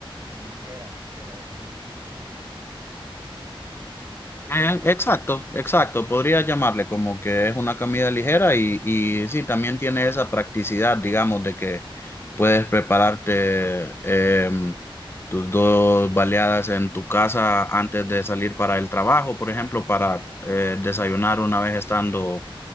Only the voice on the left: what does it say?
Eh, exacto, exacto. Podría llamarle como que es una comida ligera y, y sí, también tiene esa practicidad, digamos, de que puedes prepararte em, tus dos baleadas en tu casa antes de salir para el trabajo, por ejemplo, para eh, desayunar una vez estando,